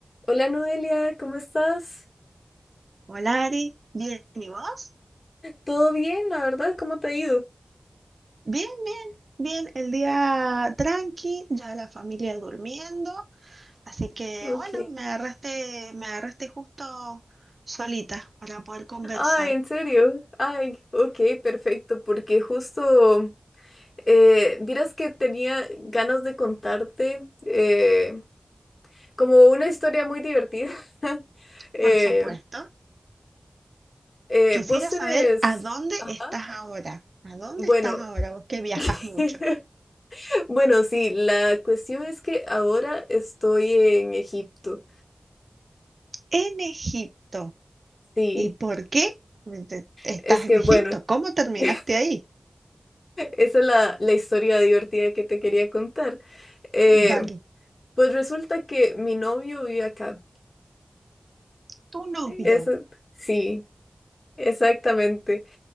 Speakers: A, on the left; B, on the right.
A: Hola Noelia, ¿cómo estás?
B: Hola Ari, bien, ¿y vos?
A: ¿Todo bien, la verdad? ¿Cómo te ha ido?
B: Bien, bien, bien, el día tranqui, ya la familia durmiendo, así que
A: Ok.
B: bueno, me agarraste, me agarraste justo solita para poder conversar,
A: Ay, ¿en serio? Ay, ok, perfecto, porque justo, eh, vieras que tenía ganas de contarte eh, como una historia muy divertida. <laughs> Eh,
B: por supuesto.
A: eh,
B: Quisiera
A: vos tenés...
B: saber a dónde
A: Ajá.
B: estás ahora, a dónde
A: Bueno,
B: estás ahora, vos que viajas
A: <laughs>
B: mucho.
A: bueno, sí, la cuestión es que ahora estoy en Egipto.
B: En Egipto,
A: Sí,
B: ¿y por qué estás
A: es que
B: en Egipto?
A: bueno.
B: ¿Cómo terminaste
A: <laughs>
B: ahí?
A: Esa es la, la historia divertida que te quería contar. Eh,
B: Vale,
A: pues resulta que mi novio vive acá.
B: tu novio.
A: Eso, sí, exactamente.